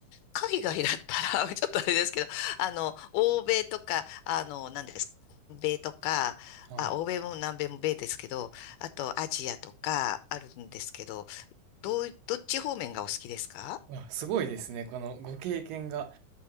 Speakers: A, on the left; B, on the right.
A: 海外だったら、<laughs> ちょっとあれですけど、あの、欧米とか、あの、何ですか、南米とか、
B: はい。
A: あ、欧米も南米も米ですけど、あとアジアとかあるんですけど、どう、どっち方面がお好きですか
B: あ、すごいですね。このご経験が。